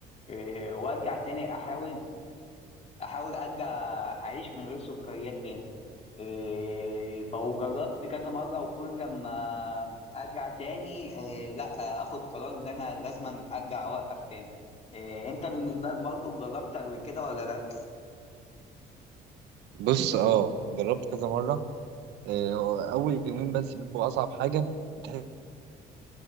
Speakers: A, on the left (about 35°); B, on the right (about 85°).
A: إيه، وارجع تاني احاول احاول ارجع اعيش من غير سكريات تاني إيه، فجربت كذا مرة وكل ما ارجع تاني إيه، لا اخد قرار ان انا لازما ارجع اوقف تاني إيه، انت بالنسبة لك برضو جربت قبل كده ولا لا؟
B: بص اه جربت كذا مرة آه، اول يومين بس بيبقوا اصعب حاجة بتحس